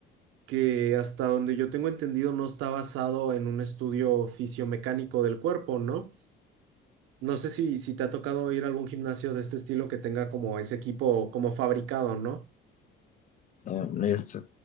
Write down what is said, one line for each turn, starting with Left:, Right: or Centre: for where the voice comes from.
Right: que hasta donde yo tengo entendido no está basado en un estudio fisiomecánico del cuerpo, ¿no? No sé si, si te ha tocado ir a algún gimnasio de este estilo que tenga como ese equipo como fabricado, ¿no?
Left: no, no es